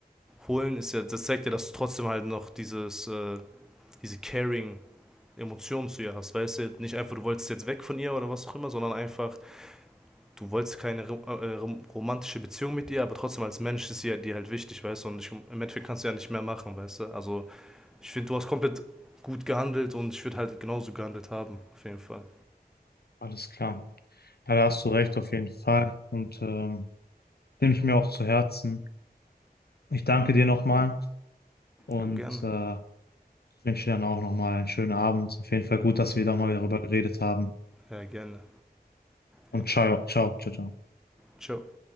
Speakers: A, in the centre; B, on the left.
A: holen, ist ja, das zeigt ja, dass du trotzdem halt noch dieses, äh, diese Caring Emotionen zu ihr hast. Weißt du, nicht einfach, du wolltest jetzt weg von ihr oder was auch immer, sondern einfach, du wolltest keine äh, romantische Beziehung mit ihr, aber trotzdem als Mensch ist sie ja dir halt wichtig, weißt du, und ich, im Endeffekt kannst du ja nicht mehr machen, weißt du. Also, ich finde, du hast komplett gut gehandelt und ich würde halt genauso gehandelt haben, auf jeden Fall.
B: Alles klar. Ja, da hast du recht, auf jeden Fall. Und ähm, nehme ich mir auch zu Herzen. Ich danke dir nochmal und
A: Jo, gerne.
B: äh, wünsche dir dann auch nochmal einen schönen Abend. Auf jeden Fall gut, dass wir nochmal
A: jo.
B: darüber geredet haben.
A: Ja, gerne.
B: Und
A: Ja.
B: ciao, ciao, ciao, ciao.
A: Ciao.